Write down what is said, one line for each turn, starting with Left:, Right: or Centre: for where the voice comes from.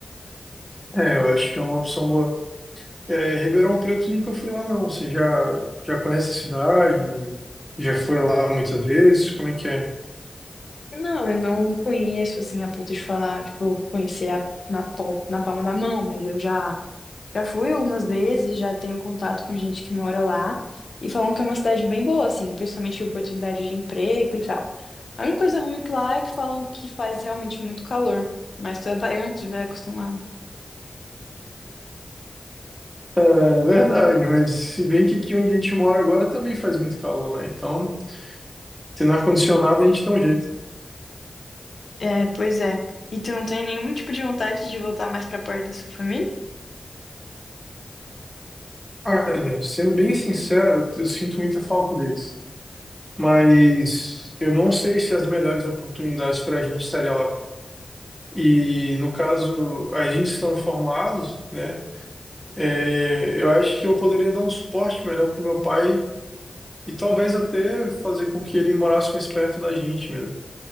Centre: É, eu acho que é uma opção boa. É, Ribeirão Preto nunca fui lá não. Você já, já conhece a cidade? Já foi lá muitas vezes? Como é que é?
Left: Não, eu não conheço assim a ponto de falar, tipo, conhecer a- na, pal- na palma da mão, mas eu já já fui algumas vezes, já tenho contato com gente que mora lá e falam que é uma cidade bem boa, assim, principalmente oportunidade de emprego e tal. A única coisa ruim que lá é que falam que faz realmente muito calor, mas tu é baiano, tu já é acostumado.
Centre: É verdade, mas se bem que aqui onde a gente mora agora também faz muito calor, né? Então, tendo ar-condicionado a gente dá um jeito.
Left: É, pois é. E tu não tem nenhum tipo de vontade de voltar mais pra perto da sua família?
Centre: Olha, sendo bem sincero, eu sinto muita falta deles. Mas eu não sei se as melhores oportunidades para a gente estaria lá. E no caso, a gente estando formados, né? é, eu acho que eu poderia dar um suporte melhor para o meu pai e talvez até fazer com que ele morasse mais perto da gente mesmo.